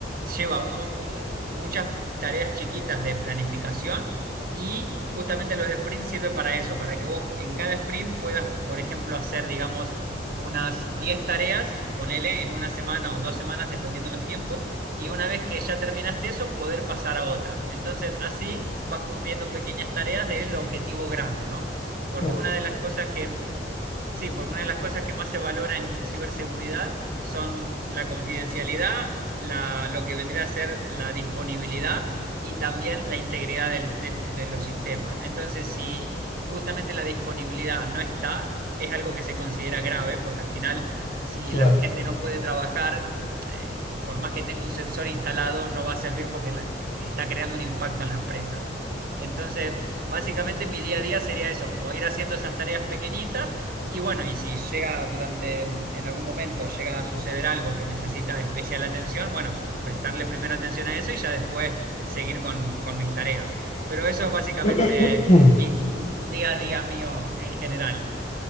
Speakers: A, on the right; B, on the left.
A: lleva un mo- un- muchas tareas chiquitas de planificación y justamente los sprints sirve para eso, para que vos en cada sprint puedas, por ejemplo, hacer, digamos, unas 10 tareas, ponele en una semana o dos semanas, dependiendo los tiempos, y una vez que ya terminaste eso, poder pasar a otra. Entonces, así vas cumpliendo pequeñas tareas del objetivo grande, ¿no? Porque
B: mm.
A: una de las cosas que Sí, porque una de las cosas que más se valora en ciberseguridad son la confidencialidad, la- lo que vendría a ser la disponibilidad y también la integridad del- de, de los sistemas. Entonces, si justamente la disponibilidad no está, es algo que se considera grave, porque al final, si
B: <clears throat> Claro.
A: la gente no puede trabajar, eh, por más que tenga un sensor instalado, no va a servir porque la- está creando un impacto en la empresa. Entonces, básicamente mi día a día sería eso, como ir haciendo esas tareas pequeñitas y bueno, y si llega durante, en algún momento llega a suceder algo que necesita especial atención, bueno, prestarle primero atención a eso y ya después seguir con, con mis tareas. Pero eso es básicamente
B: <clears throat>
A: mi- un un día a día mío en general.